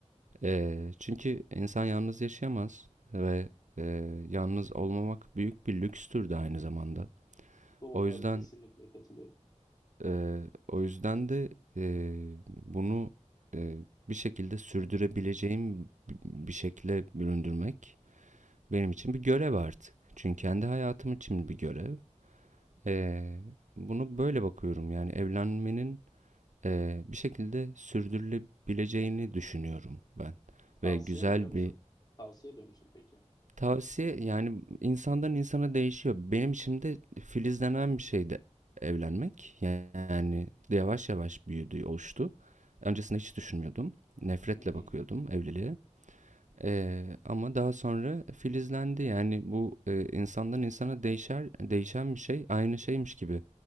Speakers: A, on the right; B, on the left.
A: Eee, çünkü insan yalnız yaşayamaz ve eee, yalnız olmamak büyük bir lükstür de aynı zamanda.
B: Doğru
A: O
B: abi
A: yüzden
B: kesinlikle katılıyorum.
A: eee, o yüzden de eee, bunu eee, bir şekilde sürdürebileceğim bir şekilde büründürmek benim için bir görev artık. Çünkü kendi hayatım için bir görev. Eee, bunu böyle bakıyorum yani evlenmenin eee, bir şekilde sürdürülebileceğini düşünüyorum ben
B: Tavsiye
A: ve güzel
B: ediyor musun?
A: bir
B: Tavsiye ediyor musun peki?
A: Tavsiye yani insandan insana değişiyor. Benim şimdi filizlenen bir şeydi evlenmek. Yani yavaş yavaş büyüdü, oluştu. Öncesinde hiç düşünmüyordum. Nefretle
B: <laughs>
A: bakıyordum evliliğe. Ee, ama daha sonra filizlendi. Yani bu e, insandan insana değişer, değişen bir şey aynı şeymiş gibi.